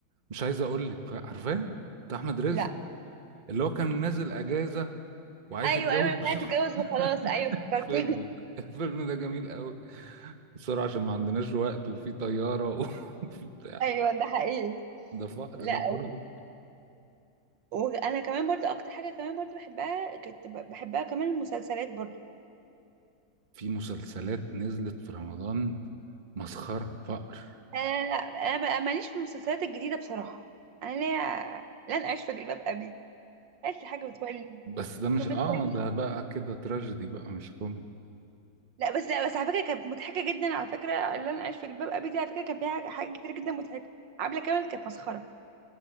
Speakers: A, on the right; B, on the right.
A: مش عايز اقول لك عارفاه بتاع احمد رزق
B: لا
A: اللي هو كان نازل اجازه وعايز
B: ايوه
A: يتجوز
B: ايوه انا
A: بسرعه
B: اتجوز
A: <laughs>
B: وخلاص ايوه افتكرت
A: الفيلم الفيلم ده جميل قوي بسرعه عشان ما عندناش وقت وفي طياره <laughs> وفي بتاع
B: <laughs> ايوه ده حقيقي
A: ده فقر
B: لا
A: ده برضه
B: و- وانا كمان برضو اكتر حاجه كمان برضو بحبها كنت ب- بحبها كمان المسلسلات برضو
A: في مسلسلات نزلت في رمضان مسخره فقر
B: انا لا انا بقى ماليش في المسلسلات الجديده بصراحه انا ليا لن اعيش في جلباب ابي اي حاجه بتولي
A: بس ده مش
B: يوم
A: اه
B: الثاني
A: ده بقى كده تراجيدي بقى مش كوميدي
B: لا بس لا بس على فكره كانت مضحكه جدا على فكره لن اعيش في جلباب ابي دي على فكره كان فيها حاجه- حاجات كتير جدا مضحكه عبله كامل كانت مسخره